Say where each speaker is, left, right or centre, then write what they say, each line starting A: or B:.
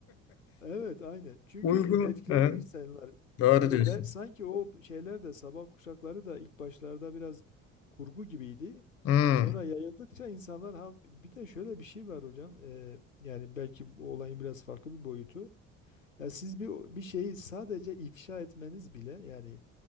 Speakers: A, on the left (about 85°); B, on the left (about 40°).
A: Evet aynen.
B: <laughs>
A: Çünkü
B: Uygun.
A: et- etkileniyor
B: Evet,
A: insanlar.
B: doğru
A: Hani
B: diyorsun.
A: ben sanki o şeyler de sabah kuşakları da ilk başlarda biraz kurgu gibiydi.
B: Hmm,
A: Sonra yayıldıkça insanlar ha bir de şöyle bir şey var hocam. Ee, yani belki bu olayın biraz farklı bir boyutu. Ya siz bir bir şeyi sadece ifşa etmeniz bile yani